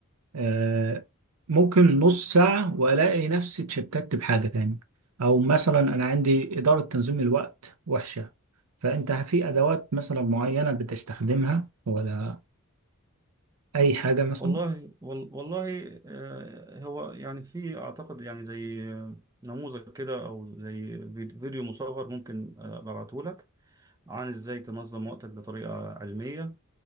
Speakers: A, on the right; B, on the right.
A: آه، ممكن نص ساعة وألاقي نفسي اتشتت بحاجة تاني أو مثلا أنا عندي إدارة تنظيم الوقت وحشة فأنت في أدوات مثلا معينة بتستخدمها ولا أي حاجة مثلا؟
B: والله وال- والله آه، هو يعني في اعتقد يعني زي آه، نموذج كده او زي فيد- فيديو مصغر ممكن آه، ابعته لك عن ازاي تنظم وقتك بطريقة علمية